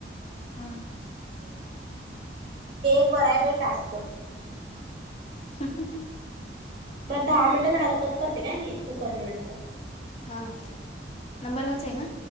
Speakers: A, on the left; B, on the right.
A: हा.
B: <inaudible> एक बराय बाई टास्क.
A: ह <inaudible>
B: बरं दहा मिनटं झालं कट करते काय मी तू कर मग नंतर.
A: हा नंबर हाच आहे ना?